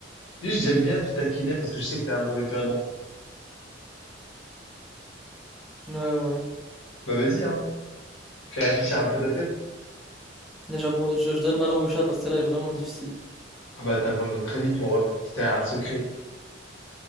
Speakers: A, on the left (about 80°); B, in the centre.
A: Juste, j'aime bien te taquiner parce que je sais que t'es un mauvais perdant.
B: Ouais, ouais.
A: Bah vas-y, hein. Fais réfléchir un peu ta tête.
B: Là, J'abro- Je, je donne ma langue au chat parce que celle-là elle est vraiment difficile.
A: Ah bah t'abandonnes très vite, mon ref. C'était un secret.